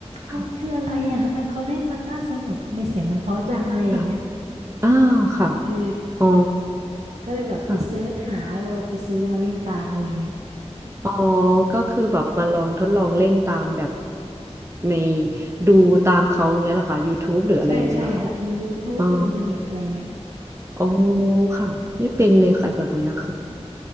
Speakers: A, on the right; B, on the right.
A: ค่ะ
B: มันคืออะไรอ่ะทำไมเขาเล่นมันน่าสนุกทำไมเสียงมันเพราะจังอะไรอย่างเงี้ย
A: ค่ะอ่าค่ะ
B: เออ
A: อ๋อ
B: ก็เลยแบบไปเซิร์ชหาแล้วก็เอาไปซื้อมาเล่นตามอะไรเงี้ย
A: ค่ะอ๋อก็คือแบบมาลองทดลองเล่นตามแบบในดูตามเขาอย่างเงี้ยเหรอคะ YouTube หรืออะไรอย่างเงี้ยเหรอคะ
B: ใช่ใช่ค่ะในย o ทูบ
A: อ๋อ
B: e ในอินเทอร์เน็ตอะไรเงี้ย
A: อ๋อค่ะไม่เป็นเลยค่ะแบบเนี้ยค่ะ